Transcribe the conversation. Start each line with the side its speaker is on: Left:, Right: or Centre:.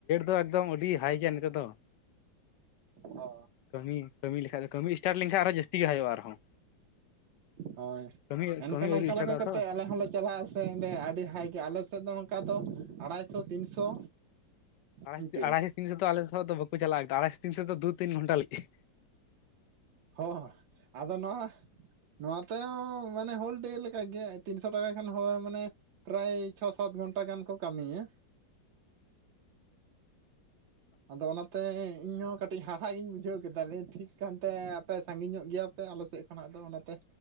Left: ᱫᱚ ᱮᱠᱫᱚᱢ ᱟᱹᱰᱤ ᱦᱟᱭ ᱜᱮᱭᱟ ᱱᱤᱛᱚᱜ ᱫᱚ,
Right: ᱚ
Left: ᱠᱟᱹᱢᱤ ᱠᱟᱹᱢᱤ ᱞᱮᱠᱷᱟᱡ ᱫᱚ ᱠᱟᱹᱢᱤ ᱮᱴᱟᱨᱴ ᱞᱮᱱᱠᱷᱟᱱ ᱟᱨᱦᱚᱸ ᱡᱟᱹᱥᱛᱤ ᱜᱮ ᱦᱟᱭᱚᱜ-ᱟ ᱟᱨᱦᱚᱸ,
Right: ᱦᱳᱭ
Left: ᱠᱟᱹᱢᱤ
Right: ᱮᱱᱠᱷᱟᱱ
Left: ᱠᱟᱹᱢᱤ ᱟᱹᱣᱨᱤ
Right: ᱚᱱᱠᱟ
Left: ᱥᱴᱟᱨᱴᱚᱜᱼᱟ
Right: ᱞᱮᱠᱟ ᱠᱟᱛᱮᱫ ᱟᱞᱮ ᱦᱚᱸᱞᱮ ᱪᱟᱞᱟᱜ-ᱟ ᱥᱮ ᱚᱸᱰᱮ ᱟᱹᱰᱤ ᱦᱟᱭ ᱜᱮ ᱟᱞᱮ ᱥᱮᱫ ᱫᱚ ᱱᱚᱝᱠᱟ ᱫᱚ ᱟᱲᱟᱭᱥᱚ ᱛᱤᱱᱥᱚ,
Left: ᱟᱲ
Right: ᱤᱱᱠᱟᱹ
Left: ᱟᱲᱟᱭ ᱛᱤᱱ ᱥᱚ ᱫᱚ ᱟᱞᱮ ᱥᱮᱫᱚ ᱵᱟᱠᱚ ᱪᱟᱞᱟᱜ-ᱟ ᱟᱲᱟᱭᱮ ᱛᱤᱱ ᱥᱚ ᱫᱚ ᱫᱩ ᱛᱤᱱ ᱜᱷᱚᱱᱴᱟ ᱞᱟᱹᱜᱤᱫ
Right: ᱦᱚᱸᱻ ᱟᱫᱚ ᱱᱚᱣᱟ ᱱᱚᱣᱟ ᱛᱮ ᱢᱟᱱᱮ ᱦᱳᱞ ᱰᱮ ᱞᱮᱠᱟ ᱜᱮ ᱛᱤᱱᱥᱚ ᱴᱟᱠᱟ ᱠᱷᱟᱱ ᱦᱳᱭ ᱢᱟᱱᱮ ᱯᱨᱟᱭ ᱪᱷᱚ, ᱥᱟᱛ, ᱜᱷᱚᱱᱴᱟ ᱜᱟᱱ ᱠᱚ ᱠᱟᱹᱢᱤᱭᱟ, ᱟᱫᱚ ᱚᱱᱟᱛᱮ ᱤᱧᱦᱚᱸ ᱠᱟᱹᱴᱤᱡ ᱦᱟᱲᱦᱟᱜᱤᱧ ᱵᱩᱡᱷᱟᱹᱣ ᱠᱮᱫᱟᱞᱮ ᱴᱷᱤᱠ ᱠᱟᱱᱛᱮ ᱟᱯᱮ ᱥᱟᱺᱜᱤᱧ ᱧᱚᱜ ᱜᱮᱭᱟ ᱛᱮ ᱟᱞᱮ ᱥᱮᱫ ᱠᱷᱚᱱᱟᱜ ᱫᱚ ᱚᱱᱟᱛᱮ